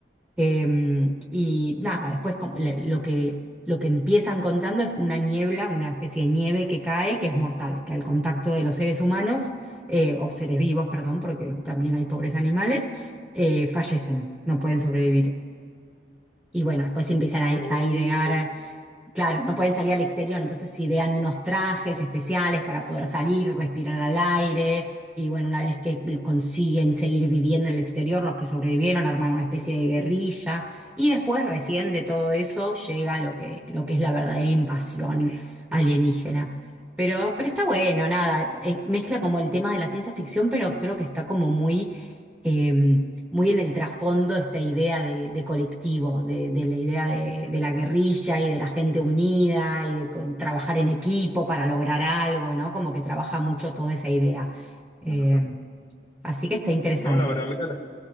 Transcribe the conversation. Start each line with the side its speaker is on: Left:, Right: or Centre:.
Centre: Em, y nada, después como le- lo que, lo que empiezan contando es una niebla, una especie de nieve que cae, que es mortal, que al contacto de los seres humanos, eh, o seres vivos, perdón, porque también hay pobres animales, eh, fallecen, no pueden sobrevivir. Y bueno, después empiezan a,
Left: Uh,
Centre: a idear. Claro, no pueden salir al exterior, entonces idean unos trajes especiales para poder salir, respirar al aire, y bueno, una vez que lo consiguen seguir viviendo en el exterior, los que sobrevivieron arman una especie de guerrilla, y después recién de todo eso llega lo que, lo que es la verdadera invasión alienígena. Pero, pero está bueno, nada, eh, mezcla como el tema de la ciencia ficción, pero creo que está como muy... em, muy en el trasfondo esta idea de, de colectivo, de, de la idea de, de la guerrilla y de la gente unida y de co- trabajar en equipo para lograr algo, ¿no? Como que trabaja mucho toda esa idea.
Left: claro.
Centre: Eh, así que está interesante
Left: No, la verdad, mira,